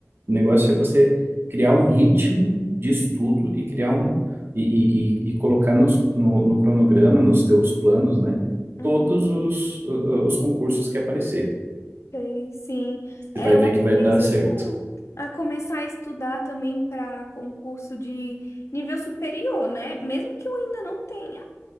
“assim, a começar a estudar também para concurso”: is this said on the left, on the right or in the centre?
Left